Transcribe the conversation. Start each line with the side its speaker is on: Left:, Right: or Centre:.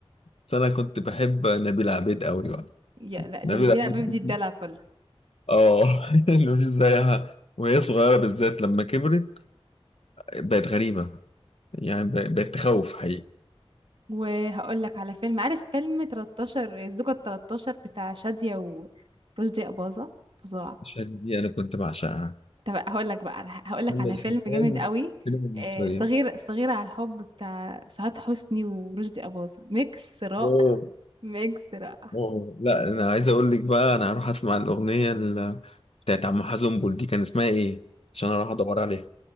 Left: بس أنا كنت بحب نبيلة عبيد أوي بقى
Right: <laughs> يا لا دي
Left: نبيلة
Right: نبيلة
Left: عبيد
Right: بيب
Left: دي
Right: دي الدلع كله
Left: آه <laughs> اللي مش زيها وهي صغيرة بالذات لما كبرت بقت غريبة يعني ب- بقت تخوف حقيقي
Right: وهقول لك على فيلم عارف فيلم 13 الزوجة ال 13 بتاع شادية ورشدي أباظة فظاع
Left: الشهادة دي أنا كنت بعشقها
Right: طب هقول لك بقى هقول لك
Left: كل
Right: على
Left: الحمال
Right: فيلم جامد قوي
Left: السينما المصرية
Right: آه، صغير صغيرة على الحب بتاع سعاد حسني ورشدي أباظة ميكس رائع
Left: أوه
Right: ميكس رائع
Left: أوه لا أنا عايز أقول لك بقى أنا هروح أسمع الأغنية ال- بتاعت عم حزنبل دي كان اسمها إيه عشان أروح أدور عليها